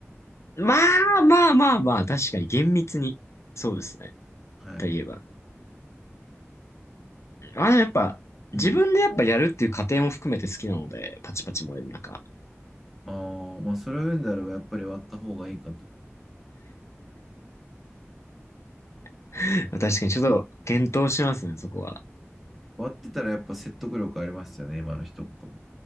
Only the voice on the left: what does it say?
まあまあまあまあ、確かに厳密に。そうですね。
といえば。あ、でもやっぱ、
自分でやっぱやるっていう過程も含めて好きなので、パチパチ燃える中。
<laughs> 確かにちょっと検討しますね、そこは。